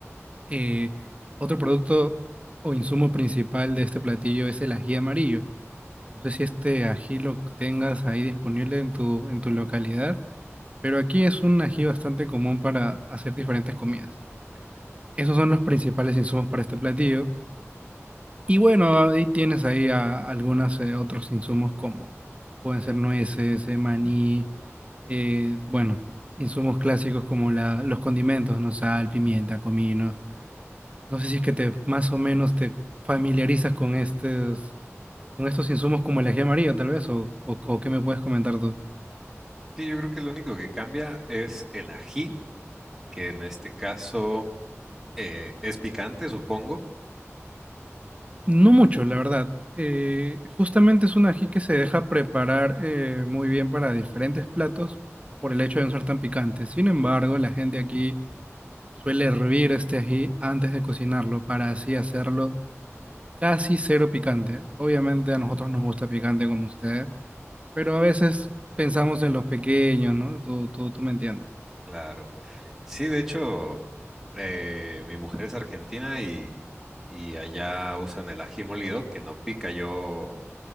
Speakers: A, on the right; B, in the centre.
A: Eh, otro producto o insumo principal de este platillo es el ají amarillo. No sé si este ají lo tengas ahí disponible en tu, en tu localidad, pero aquí es un ají bastante común para hacer diferentes comidas. Esos son los principales insumos para este platillo. Y bueno, ahí tienes ahí a- algunos eh, otros insumos como pueden ser nueces, eh, maní, eh, bueno, insumos clásicos como la- los condimentos, ¿no? Sal, pimienta, comino. No sé si es que te más o menos te familiarizas con estos, con estos insumos como el ají amarillo, tal vez, o, o, o qué me puedes comentar tú.
B: Sí, yo creo que lo único que cambia es el ají, que en este caso eh, es picante, supongo.
A: No mucho, la verdad. Eh, justamente es un ají que se deja preparar eh, muy bien para diferentes platos por el hecho de no ser tan picante. Sin embargo, la gente aquí suele hervir este ají antes de cocinarlo para así hacerlo casi cero picante. Obviamente a nosotros nos gusta picante como ustedes, pero a veces pensamos en los pequeños, ¿no? Tú, tú, tú me entiendes.
B: Claro. Sí, de hecho, eh, mi mujer es argentina y, y allá usan el ají molido, que no pica yo.